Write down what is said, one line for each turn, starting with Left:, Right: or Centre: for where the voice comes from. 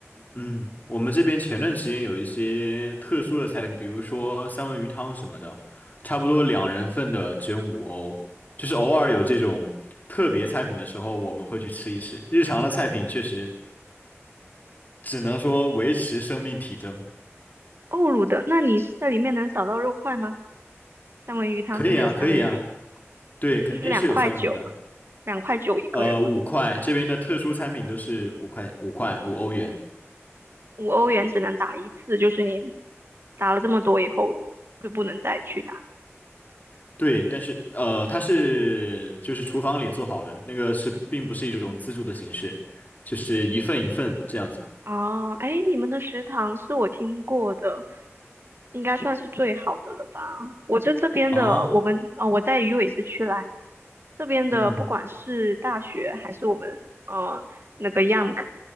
Left: 嗯，我们这边前段时间有一些特殊的菜品，比如说三文鱼汤什么的，差不多两人份的只用五欧，就是偶尔有这种特别菜品的时候，我们会去吃一吃。日常的菜品确实只能说维持生命体征。
Right: 欧陆的，那你是在里面能找到肉块吗？三文鱼汤真的有三文鱼，
Left: 可以啊，可以啊，对，肯定是有三文鱼的。
Right: 是两块九吗？两块九一个人吗？
Left: 呃，五块，这边的特殊餐品都是五块，五块，五欧元。
Right: 五欧元只能打一次，就是你打了这么多以后就不能再去打了。
Left: 对，但是呃，它是就是厨房里做好的，那个是并不是一种自助的形式，就是一份一份这样子。
Right: 哦，哎，你们的食堂是我听过的，应该算是最好的了吧？我在这边的，
Left: 啊，
Right: 我们啊呃，我在鱼尾市区来，这边的不管是大学还是我们呃那个
Left: 嗯，
Right: YAMK，